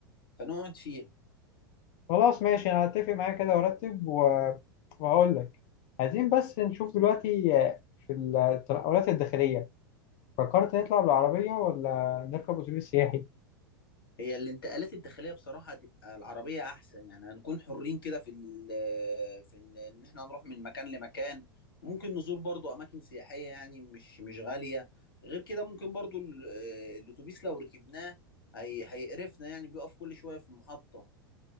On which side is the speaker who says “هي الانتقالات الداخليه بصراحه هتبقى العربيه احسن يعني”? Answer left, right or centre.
Left